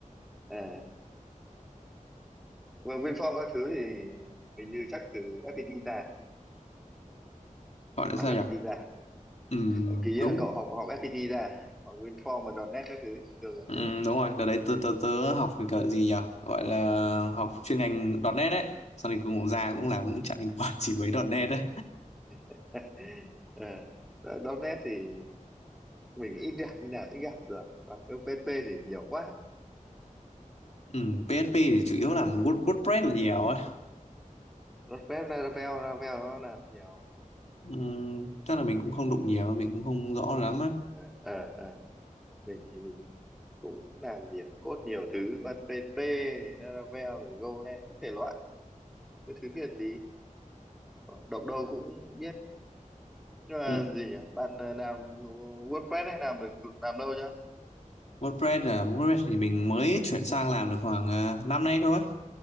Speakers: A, in the centre; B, on the left.
A: à Well, WinForm các thứ thì hình như chắc từ FPT ra
B: Gọi là sao
A: học FPT
B: nhỉ?
A: ra
B: Ừm,
A: Ờ, kỳ
B: đúng
A: á, cậu học học FPT ra à? học WinForm và .NET các thứ thường là
B: Ừ,
A: thế đúng không
B: đúng rồi, đợt đấy tớ, tớ, tớ học cái cỡ gì nhỉ? Gọi là học chuyên ngành .chấm nét đấy. Xong thì cũng ra cũng làm cũng chẳng liên quan <laughs> gì mấy nét đấy.
A: <laughs> Ờ, đó- .NET thì mình ít gặp nên là ít gặp rồi còn cái PHP thì nhiều quá
B: Ừ, PHP thì chủ yếu
A: ừ.
B: làm Word, WordPress là nhiều ấy.
A: .NET Laravel Laravel nó làm nhiều
B: Ừ, chắc là mình cũng không đụng nhiều, mình cũng không rõ lắm ấy.
A: Ờ, ờ, ờ. mình thì mình cũng làm nhiều code nhiều thứ còn PHP Laravel rồi Golang các thể loại mấy thứ biết tí động đâu cũng biết Nhưng mà
B: Ừ,
A: gì nhỉ bạn ờ, làm WordPress hay làm được làm lâu chưa
B: WordPress là WordPress thì mình mới chuyển sang làm được khoảng ờ, năm nay thôi.